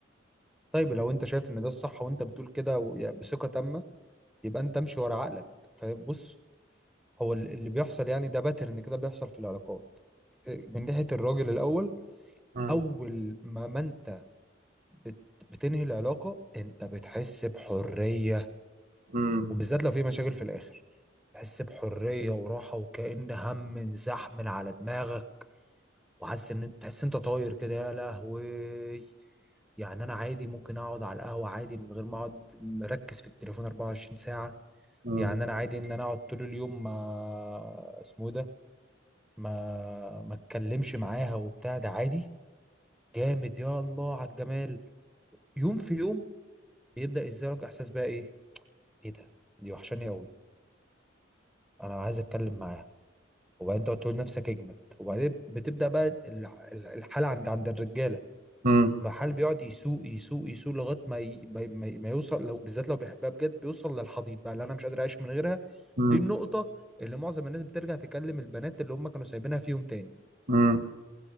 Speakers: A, in the centre; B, on the right.
A: طيب لو انت شايف ان ده الصح وانت بتقول كده و- يعني بثقة تامة يبقى انت امشي ورا عقلك فبص هو ال- اللي بيحصل يعني ده باترن كده بيحصل في العلاقات إيه، من ناحية الراجل الأول
B: مم.
A: أول ما ما أنت بت- بتنهي العلاقة أنت بتحس بحرية
B: مم.
A: وبالذات لو في مشاكل في الآخر تحس بحرية وراحة وكأن هم انزحمل على دماغك وحاسس إن أنت تحس أنت طاير كده يا لهوي يعني أنا عادي ممكن أقعد على القهوة عادي من غير ما أقعد مركز في التليفون 24 ساعة
B: مم.
A: يعني أنا عادي إن أنا أقعد طول اليوم ما اسمه إيه ده ما ما اتكلمش معاها وبتاع ده عادي جامد يا الله على الجمال يوم في يوم بيبدأ يزيلك احساس بقى ايه ايه ده دي وحشاني قوي انا عايز اتكلم معاها وبعدين تقعد تقول نفسك اجمد وبعدين بتبدأ بقى ال- ال- الحالة عند عند الرجالة
B: مم.
A: المحل بيقعد يسوق يسوق يسوق لغاية ما ي- ما ما- ما يوصل لو بالذات لو بيحبها بجد بيوصل للحضيض بقى اللي انا مش قادر اعيش من غيرها
B: مم.
A: دي النقطة اللي معظم الناس بترجع تكلم البنات اللي هم كانوا سايبينها فيهم تاني
B: مم.